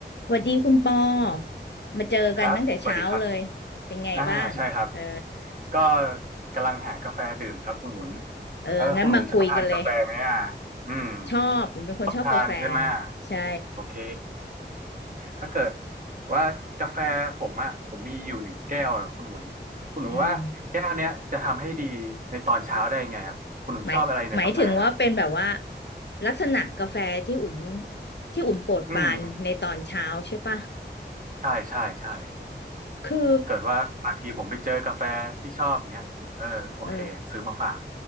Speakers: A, on the left; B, on the right.
A: สวัสดีคุณปอมาเจอกันตั้งแต่เช้าเลย
B: ครับสวัสดีครับ
A: เป็นไงบ้างเออ
B: อ่าใช่ครับ ก็กำลังหากาแฟดื่มครับคุณอุ่น
A: เออ
B: เออคุณอุ่นชอบทานกาแฟไหมอ่ะ
A: งั้นมาคุยกันเลย
B: อืม
A: ชอบผมเป็นคนชอบกาแฟ
B: ชอบทานใช่ไหม
A: ใช่
B: โอเคถ้าเกิดว่ากาแฟผมอ่ะผมมีอยู่หนึ่งแก้วอะคุณอุ่นคุณอุ่นว่าแก้วเนี้ยจะทำให้ดีในตอนเช้าได้ยังไงครับ
A: อืม
B: คุณอุ่นชอบอะไรในกาแฟครับ
A: หมายหมายถึงว่าเป็นแบบว่าลักษณะกาแฟที่อุ่น ที่อุ่นโปรดปรานในตอนเช้าใช่ปะ
B: อืมใช่ใช่ใช่
A: คือ
B: เกิดว่าบางทีผมไปเจอกาแฟที่ชอบเนี้ยเออโอเคซื้อมาฝาก
A: เออ